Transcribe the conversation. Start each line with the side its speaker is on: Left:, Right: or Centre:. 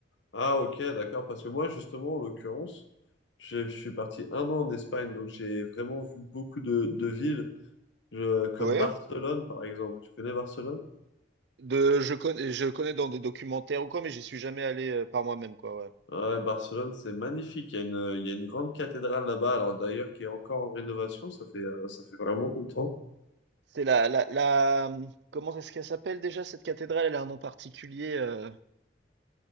Left: Ah, ok, d'accord. Parce que moi, justement, en l'occurrence, je je suis parti un an en Espagne, donc j'ai vraiment vu beaucoup de, de villes, Je- comme
Right: Ouais,
Left: Barcelone, par exemple. Tu connais Barcelone?
Right: De, je connais, je connais dans des documentaires ou quoi, mais j'y suis jamais allé euh, par moi-même, quoi, ouais.
Left: Ouais, Barcelone, c'est magnifique. Il y a une, il y a une grande cathédrale là-bas, alors d'ailleurs qui est encore en rénovation, ça fait, euh, ça fait vraiment longtemps.
Right: C'est la, la, la, hum, comment est-ce qu'elle s'appelle déjà cette cathédrale? Elle a un nom particulier, euh,